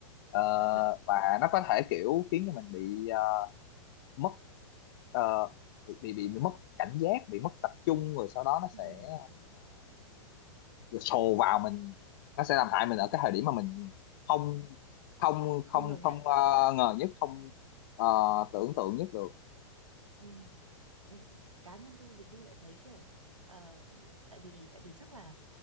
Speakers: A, on the left; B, on the right.
A: Ờ,
B: <laughs>
A: và nó có thể kiểu khiến cho mình bị ờ, mất ờ, bị, bị bị bị mất cảnh giác bị mất tập trung rồi sau đó nó
B: Ừ,
A: sẽ
B: đúng đúng
A: uh, sồ vào mình nó sẽ làm hại mình ở cái thời điểm mà mình không không
B: không
A: không
B: ngờ nhất
A: không ờ, ngờ nhất không ờ, tưởng tượng nhất được
B: ừ. ừ, cá nhân tôi thì tôi lại thấy kiểu ờ, tại vì tại vì chắc là